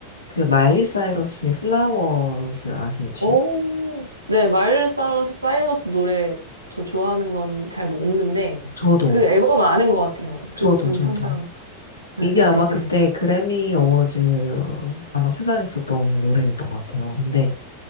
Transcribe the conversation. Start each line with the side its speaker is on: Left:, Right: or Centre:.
Left: 그 마일리 사이러스의 플라워스 아세요 혹시?
Right: 오, 네. 마일리 사이러스, 사이러스 노래 저 좋아하는 건 잘 뭐 없는데,
Left: 저도
Right: 그 앨범은 아는 것 같아요.
Left: 저도
Right: 그분
Left: 저도
Right: 항상,
Left: 이게
Right: 에, 에,
Left: 아마
Right: 에,
Left: 그때
Right: 에.
Left: 그래미 어워즈 아마 수상했었던 노래였던 것 같아요. 근데